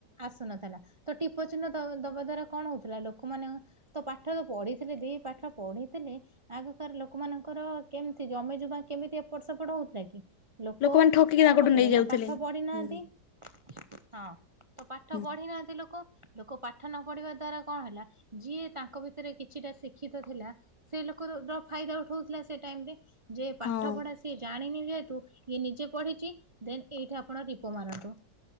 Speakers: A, on the right; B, on the left.
A: ଆସୁନଥିଲା ତ ଟିପ ଚିହ୍ନ ଦ ଦବା ଦ୍ଵାରା କଣ ହଉଥିଲା ଲୋକମାନେ ତ ପାଠ ତ ପଢିଥିଲେ ଦି ପାଠ ପଢିଥିଲେ ଆଗ କାର ଲୋକମାନଙ୍କର କେମିତି ଜମି ଜମା କେମିତି ଏପଟ ସେପଟ ହଉଥିଲା କି ଲୋକ
B: ଲୋକମାନେ ଠକିକି
A: କଣ
B: ତାଙ୍କଠୁ
A: କରୁଥିଲେ
B: ନେଇଯାଉଥିଲେ।
A: ନା ପାଠ ପଢିନାହାନ୍ତି।
B: ହୁଁ
A: ହଁ ତ ପାଠ
B: ହୁଁ।
A: ପଢି ନାହାନ୍ତି ଲୋକ ଲୋକ ପାଠ ନ ପଢିବା ଦ୍ଵାରା କଣ ହେଲା ଯିଏ ତାଙ୍କ ଭିତରେ କିଛିଟା ଶିକ୍ଷିତ ଥିଲା। ସେ ଲୋକର ଯ ଫାଇଦା ଉଠଉଥିଲା ସେ ଟାଇମରେ। ଯେ ପାଠ
B: ହଁ
A: ପଢା ସିଏ ଜାଣିନି ଯେହେତୁ ଇଏ ନିଜେ ପଢିଛି ଦେନ ଏଇଠି ଆପଣ ଟୀପ ମାରନ୍ତୁ।